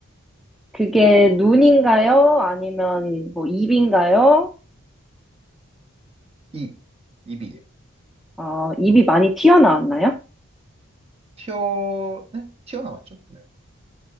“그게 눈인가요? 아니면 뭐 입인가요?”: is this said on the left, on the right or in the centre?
Centre